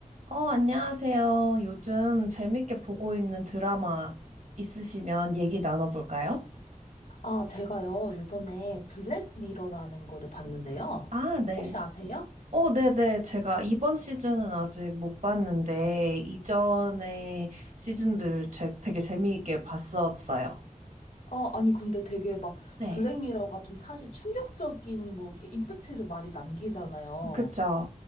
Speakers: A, on the right; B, on the left.
A: 어, 안녕하세요. 요즘 재밌게 보고 있는 드라마 있으시면 얘기 나눠볼까요?
B: 아, 제가요, 요번에 블랙미러라는 거를 봤는데요.
A: 아, 네.
B: 혹시 아세요?
A: 어, 네네. 제가 이번 시즌은 아직 못 봤는데, 이전의 시즌들 제- 되게 재미있게 봤었어요.
B: 아, 아니, 근데 되게 막,
A: 네.
B: 블랙미러가 좀 사실 충격적인, 뭐, 이렇게 임팩트를 많이 남기잖아요.
A: 그쵸.